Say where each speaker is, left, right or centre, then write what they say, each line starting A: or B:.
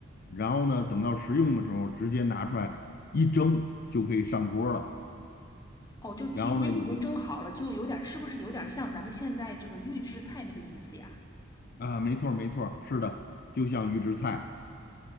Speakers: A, on the left (about 50°); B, on the left (about 20°).
A: 然后呢，等到食用的时候直接拿出来一蒸就可以上桌儿了。
B: 哦，就是提前已经蒸好了，
A: 然后呢，有一
B: 就有点是不是有点像咱们现在这个预制菜那个意思呀？
A: 啊，没错儿没错儿是的，就像预制菜。